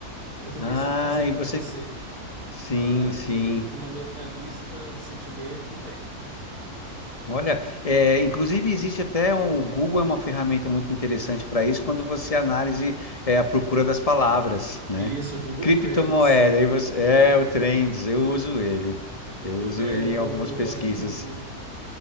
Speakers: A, on the right (about 80°); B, on the left (about 25°).
A: Eu tentei
B: Ah,
A: só casar
B: e
A: para
B: você.
A: você
B: Sim,
A: a análise
B: sim.
A: fundamentalista, sentimento e técnica.
B: Olha, é, inclusive existe até um, o Google é uma ferramenta muito interessante para isso quando você analise é, a procura das palavras, né?
A: E isso, Google
B: Criptomoeda,
A: Trends,
B: aí você, é o Trends, eu uso ele. Eu uso
A: é,
B: ele
A: eu,
B: em algumas
A: eu
B: pesquisas.
A: gosto muito.